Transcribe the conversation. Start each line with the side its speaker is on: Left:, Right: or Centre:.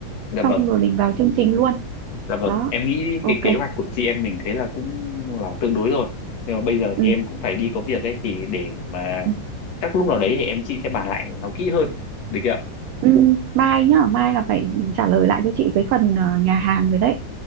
Left: dạ
Right: xong
Left: vâng
Right: rồi mình vào chương trình luôn
Left: dạ vâng
Right: đó
Left: em nghĩ
Right: ok
Left: cái kế hoạch của chị em mình thế là cũng là tương đối rồi nhưng mà bây giờ
Right: ừ.
Left: thì em cũng phải đi có việc ấy thì để mà
Right: Ừ,
Left: chắc lúc nào đấy thì em chị sẽ bàn lại nó kỹ hơn được chưa ạ?
Right: ừ. mai nhá mai là phải trả lời lại cho chị cái phần ờ, nhà hàng rồi đấy